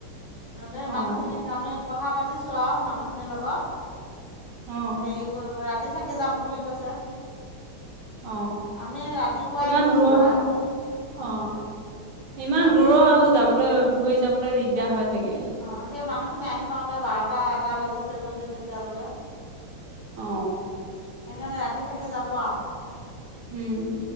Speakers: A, on the left; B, on the right.
A: তেনেকে
B: অ',
A: মানুহখিনিক আমি কথা পাতিছোঁ আৰু মানুহখিনিৰ লগত
B: অ',
A: হেৰি কৰিব ৰাতি থাকি যাম বুলি কৈছে।
B: অ
A: আমি ৰাতিপুৱাই
B: ইমান
A: গৈছোঁ
B: দূৰৰ
A: আহোঁ অঁ
B: অ ইমান
A: আহি
B: দূৰৰ আৰু যাবলৈ ঘূৰি যাবলৈ দিগদাৰ হয় চাগে।
A: অ সেই মানুহ সেই খিনি আহি পাওতে বাৰটা এটা বাজিছেগৈ যে তেতিয়ালৈকে
B: অ
A: সেইকাৰণে ৰাতি থাকি যাব আৰু
B: উম